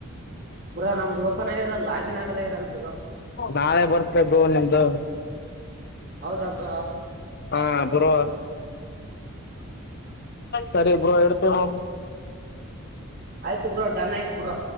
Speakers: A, on the right; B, on the left.
A: ಬ್ರೋ ನಮ್ದು ಓಪನ್ ಆಗ್ಯದ ಲಾಗಿನ್ ಆಗಲ್ಲ ಇದಲ್ ಬ್ರೋ
B: ನಾಳೆ ಬರ್ಬೇಕ್ದು ನಿಮ್ದು. ಹ.
A: ಹೌದಾ ಬ್ರೋ
B: ಹಾ. ಬೋ ಸರಿ ಬೋ ಎಡ್ತನ.
A: ಆಯ್ತು. ಬೋ ಡನ್ ಆಯತ್ ಬ್ರೋ.